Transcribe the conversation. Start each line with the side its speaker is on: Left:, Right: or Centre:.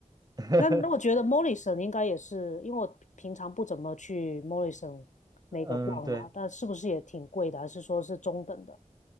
Right: <laughs>
Left: 那那我觉得 Morrison 应该也是，因为我平常不怎么去 Morrison 那个逛嘛，
Right: 嗯，对。
Left: 但是不是也挺贵的，还是说是中等的？